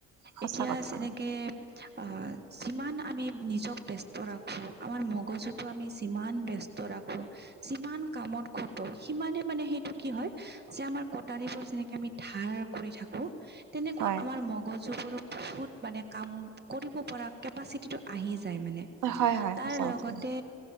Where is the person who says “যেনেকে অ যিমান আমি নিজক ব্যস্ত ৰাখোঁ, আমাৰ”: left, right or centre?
Right